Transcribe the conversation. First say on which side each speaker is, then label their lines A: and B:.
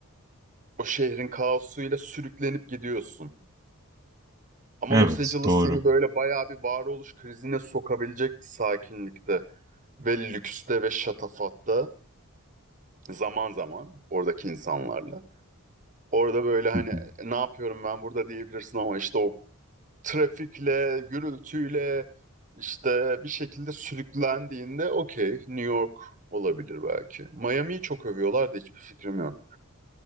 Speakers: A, on the right; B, on the right.
A: O şehrin kaosuyla sürüklenip gidiyorsun. Ama
B: Evet,
A: Los Angeles
B: doğru.
A: seni böyle bayağı bir varoluş krizine sokabilecek sakinlikte ve lükste ve şatafatta zaman zaman oradaki insanlarla. Orada böyle hani
B: Hı hı.
A: ne yapıyorum ben burada diyebilirsin ama işte o trafikle, gürültüyle işte bir şekilde sürüklendiğinde okey New York olabilir belki. Miami'yi çok övüyorlar da hiçbir fikrim yok.